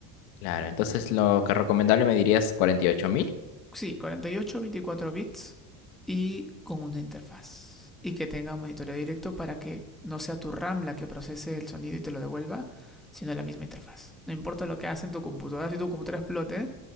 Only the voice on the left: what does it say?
claro, entonces lo que recomendable me dirías cuarenta y ocho mil.